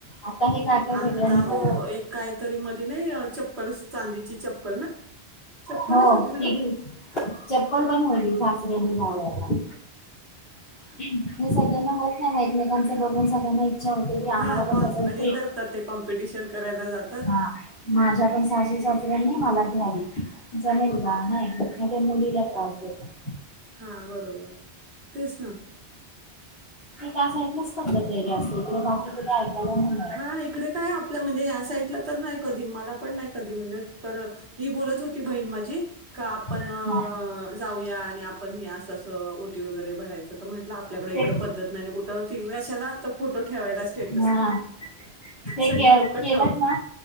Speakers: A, on the left; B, on the right.
A: आता हे काय काय
B: आता
A: वेगळं निघालं
B: हो, एक काहीतरी मधी नाही, चप्पल चांदीची चप्पल ना? चप्पलच
A: हो
B: होती
A: ठीक
B: ना ग?
A: चप्पल पण होली दसऱ्या जावला <unintelligible> हे सगळ्यांना होत नाही. म एकमेकांचं बघून सगळ्यांना- इच्छा होते की आम्हाला
B: हा.
A: पण तसंच
B: हे
A: ट्रीट
B: करता ते कॉम्पिटिशन करायला जात-
A: हा. माझ्या पण सासूचा- दुसऱ्यांनी मला घ्यावी <unintelligible> जमेल का नाहीतर मुली <unintelligible> <unintelligible> त्यांना आवाज दे बर
B: हा. बरोबर. तेच ना.
A: ते काऐकलंच पद्धत आहे जास्त इकडे बाकी कुठे <inaudible> मिळत
B: हा इकडे काय आपल्या म्हणजे, ह्या साईडला तर नाही कधी, मला पण नाही कधी, म्हणजे तर ही बोलत होती बहीण माझी. जी का आपण
A: हा
B: जाऊया आणि आपण अस अस ओटीपी <unintelligible> वगैरे भरायचं त मट- आपल्याकडे इकडं
A: ते
B: पद्धत नाही कुठं कशाला <inaudible> फोटो ठेवायला स्टेटसला.
A: हा ते केलंच
B: सगळी लोकं ठेवतात.
A: ना